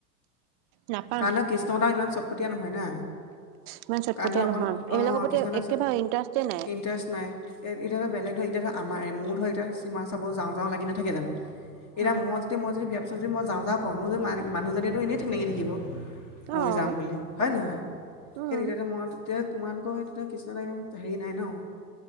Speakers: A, on the right; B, on the left.
A: নাপাম
B: কাৰণ ন' কৃষ্ণ দাও ইমান চটপটীয়া নহয় না।
A: ইমান চটপটীয়া
B: কাৰণ ধৰ অকণ
A: নহয় এইবিলাকৰ
B: অ',
A: প্ৰতি
B: কৃষ্ণ দা
A: একেবাৰে ইণ্টাৰেষ্টে নাই।
B: ইণ্টাৰেষ্ট নাই। এতিয়া ধৰ বেলেগ ধৰ, এতিয়া ধৰ আমাৰে, মোৰ ধৰ এতিয়া চিনেমা চাব যাওঁ যাওঁ লাগি নাথাকে জানো। এতিয়া
A: উম,
B: মই যদি, মই যদি বিয়া পিছত যদি মই যাওঁ যাওঁ কওঁ, মোৰ যদি মানুহজনীয়েতো এনেই ঠেং ডাঙি থাকিব। ম‌য়ো
A: অ',
B: যাম বুলি হয় নহয়?
A: উম,
B: সেই তেতিয়তে মই তেতিয়া তোমালোকৰ তাতে কৃষ্ণ এটা ইমান হেৰি নাই ন।